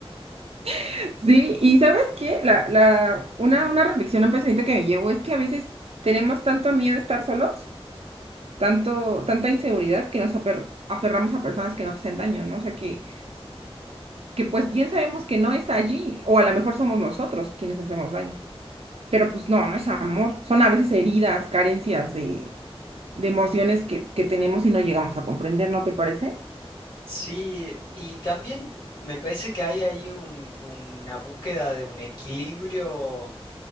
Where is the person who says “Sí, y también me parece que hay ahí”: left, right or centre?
Left